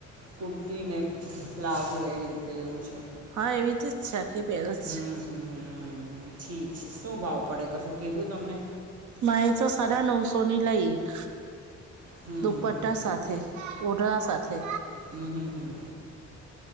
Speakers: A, on the right (about 50°); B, on the right (about 70°).
A: કુર્તીને પ્લાઝો એવી રીતે લેવું છે.
B: હા, એવીથી જ છે આખી પેરજ
A: હમ
B: છે.
A: હમ હમ ઠીક છે, શું ભાવ પડે કશું કીધું તમને.
B: માઇ તો સાડા નવસો ની લઈ એક,
A: હમ
B: દુપટ્ટા
A: હમ હમ
B: સાથે. ઓઢણા સાથે.
A: હમ્મ હમ્મ હમ્મ.